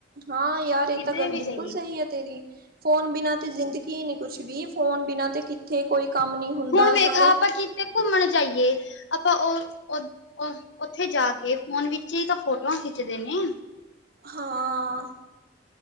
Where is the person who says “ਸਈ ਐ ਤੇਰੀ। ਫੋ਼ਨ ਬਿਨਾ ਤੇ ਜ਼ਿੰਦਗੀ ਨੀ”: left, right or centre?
Right